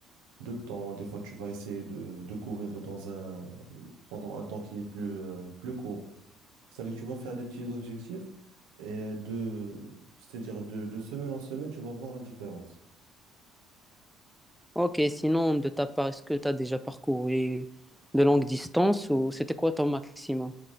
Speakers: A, on the right; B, in the centre.
A: de temps. Des fois, tu vas essayer de, de courir dans un, pendant un temps qui est plus, euh, plus court. Ça veut dire tu vas faire des petits objectifs et de, c'est-à-dire de, de semaine en semaine, tu vas voir la différence.
B: Ok, sinon, de ta part, est-ce que tu as déjà parcouru de longues distances ou c'était quoi ton maximum?